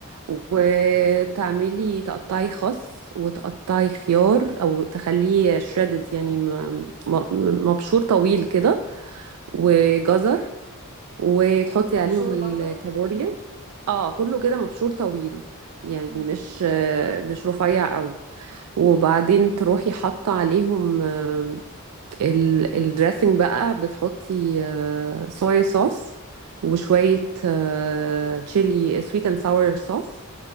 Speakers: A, on the right; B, on the right.
A: وتعملي
B: مم.
A: تقطعي خس وتقطعي خيار او تخليه شريدد يعني م- م- مبشور طويل كده
B: مم.
A: وجزر وتحطي
B: مبشور
A: عليهم الكابوريا
B: برضو
A: اه كله كده مبشور طويل يعني
B: مم.
A: مش آه، مش رفيع قوي وبعدين تروحي حاطه عليهم آه، ال- الدريسنج بقى بتحطي آه، صويا صوص وشويه آه، تشيلي سويت اند ساور صوص